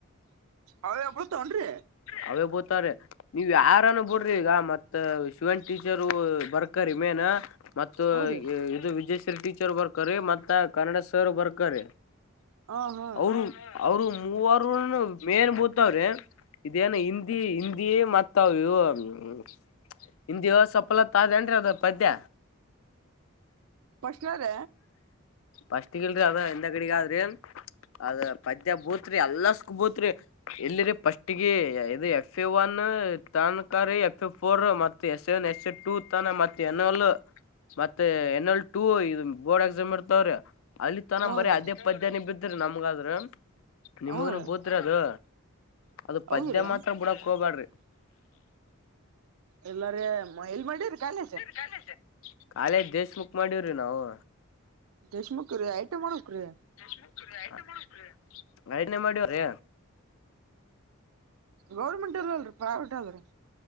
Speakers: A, on the right; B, on the left.
A: ಅವೇ ಬಡ್ತಾವನ್್ರೀ
B: ಹಬೋತಾರೆ ನೀವ್ ಯಾರನ ಬಿಡ್ರಿ ಈಗ ಮತ್ತತ್ ಶಿವನ್ ಟೀಚರ್ ಬರ್ಕರಿೀ ಮೇನ್ ಮ
A: ಹ್ರೀ
B: ಇದು ವಿಜಯೇಶ್ವರಿ ಟೀಚರ್ ಬರ್ಕರಿ ಮತ್ತ ಕನ್ನಡ ಸರ್ ಬರ್ಕರಿ
A: ಹ ಹಾ
B: ಅವರು ಅವರು ಮೂವರುನು ಮೇನ್ ಬೂತವ್ರೆ ಇದೇನು ಹಿಂದಿ ಹಿಂದಿ ಮತ್ತ ಇತಾವ ಇ ಹಿಂದಿವ ಸಫಲತ್ ಅದೇನ್ರಿ ಅದ ಪದ್ಯ
A: ಪ್ರಶ್ನ ರ
B: ಫಸ್ಟ್ಗಲ್ರಿ ಅದ ಎಂದ ಕಡೆಗ ಆದ್ರಿ ಅದ ಪದ್ಯ ಬೂತ್ರಿ ಎಲ್ಲ ಸ್ಕ್ ಬೂತ್ರಿ ಇಲ್ಲಿ ರೀ ಪಫಸ್ಟ್ಗ ಇದು ಎಫ್ ಎ ಒನ್ ತನ್ಕಾರಿ ಎಫ್ ಎ ಫೋರ್ ಮತ್ತ ಮ ಎಸ್ನ್ ಎಸ್ ಎ ಟೂ ತಾನ ಮತ್ತೆ ಎನ್ ಎಲ್ ಮತ್ತೆ ಎನ್ ಎಲ್ ಟೂ ಇದು ಬೋರ್ಡ್ ಎಕ್ಸಾಮ್ ಇರ್ತಾವ್ರಿ ಅಲ್ಲಿ ತನ ಬರೇ
A: ಹ್ರೀ
B: ಅದೇ ಪದ್ಯಾನ ಬಿದ್ದ್ರಿ ನಮ್ಗ ಆದ್ರ. ನಿಮ್ಗನು
A: ಹ್ರೀ
B: ಬೂತ್ರಿ ಅದು ಅದು
A: ಹೌದ್ರಿ
B: ಪದ್ಯ ಮಾತ್ರ ಬಿಡಾಕ್ ಹೋಗ್ಬ್ಯಾಡ್ರಿ.
A: ಇಲ್ಲರಿ ಇಲ್ ಮಡಿರಿ ಕಾಲಿ ಐತಿ.
B: ಚಸ ಕಾಲೇಜ್ ದೇಶ ಮುಕ್ ಮಾಡೇವ್ರಿ ನಾವು.
A: ದೇಶ್ಮುಕ್ರೀ ಐಟಿಐ ಮಾಡ್ಬೇಕ್ರೀ.
B: <unintelligible> ಮಾಡೇವ್ರೀ.
A: ಗೌರ್ಮೆಂಟ್ ಇಲ್ ಅಲ್ರೀ ಪ್ರೈವೇಟ್ ಅದ್ರೀ.